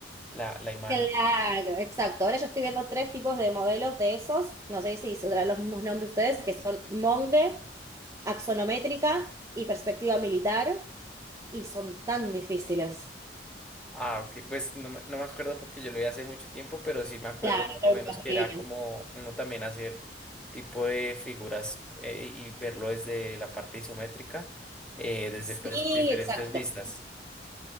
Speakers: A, in the centre; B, on the right.
A: la, la imagen.
B: claro, exacto. Ahora yo estoy viendo tres tipos de modelos de esos. No sé si se darán los mismos nombres ustedes, que son Monge, axonométrica y perspectiva militar, y son tan difíciles.
A: Ah, ok. Pues no, me no me acuerdo porque yo lo vi hace mucho tiempo, pero sí me acuerdo
B: Claro,
A: más o menos
B: me imagino.
A: que era como uno también hacer tipo de figuras eh, y verlo desde la parte isométrica, eh, desde
B: Sí,
A: pers- diferentes
B: exacto.
A: vistas.